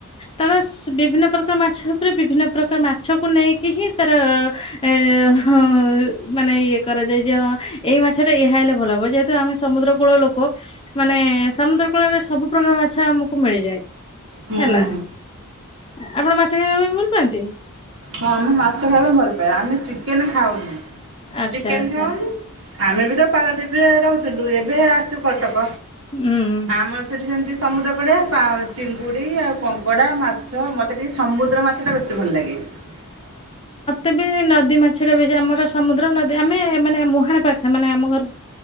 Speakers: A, on the left; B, on the right.
A: ତା ବିଭିନ୍ନ ପ୍ରକାର ମାଛ ଉପରେ ବିଭିନ୍ନ ପ୍ରକାର ମାଛକୁ ନେଇକି ହିଁ ତାର ଏ ହଁ ମାନେ ଇଏ କରାଯାଏ ଯେ ହଁ ଏଇ ମାଛ ଟା ଏହା ହେଲେ ଭଲ ହବ ଯେହେତୁ ଆମେ ସମୁଦ୍ର କୂଳ ଲୋକ ମାନେ ସମୁଦ୍ର କୂଳରେ ସବୁ ପ୍ରକାର ମାଛ ମାଛ ଆମକୁ ମିଳିଯାଏ
B: ହୁଁ।
A: ହେଲା। ଆପଣ ମାଛ ଖାଇବା ପାଇଁ ଭଲ ପାଆନ୍ତି?
B: ହଁ ଆମେ ମାଛ ଖାଇବା ପାଇଁ ଭଲ ପାଏ ଆମେ ଚିକେନ ଖାଉନି
A: ଆଚ୍ଛା
B: ଚିକେନ
A: ଆଚ୍ଛା
B: ଖାଉନି ଆମେ ବି ତ ପାରାଦୀପି ରେ ରହୁଥିଲୁ ଏବେ ଆସିଛୁ କଟକ
A: ହୁଁ।
B: ଆମର ସେଠି ସେମିତି ସମୁଦ୍ର କୂଳିଆ ଚିଙ୍ଗୁଡ଼ି ଆଉ କଙ୍କଡ଼ା ମାଛ ମତେ ଟିକେ ସମୁଦ୍ର ମାଛ ଟା ବେଶି ଭଲ ଲାଗେ। <inaudible>
A: ଏବେ ନଦୀ ମାଛରେ ବି ଆମର ସମୁଦ୍ର ନଦୀ ଆମେ ମାନେ ମୁହାଣ ପାଖା ମାନେ ଆମ ଘର